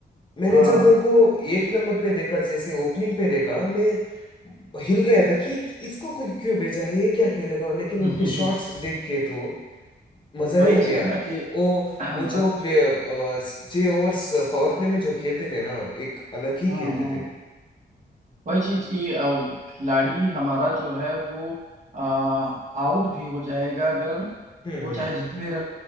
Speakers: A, on the left (about 25°); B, on the right (about 45°).
A: मैंने
B: हाँ
A: जब उनको एक नंबर पे देखा जैसे ओपनिंग पे देखा मैं हिल गया था कि इसको कोई क्यों भेजा है ये क्या खेलेगा लेकिन
B: <laughs>
A: उनके शॉट्स देख के तो मजा
B: वही
A: ही आ
B: चीज
A: गया
B: ना कि <clears throat>
A: वो
B: हाँ
A: वो जो प्ले जे ओवर्स पावर प्ले में जो खेलते थे ना एक अलग ही
B: हाँ
A: खेलते थे वो
B: वही चीज की खिलाड़ी हमारा जो है वो आउट भी हो जाएगा अगर
A: हम्म
B: वो
A: हम्म
B: चाहे जितने रन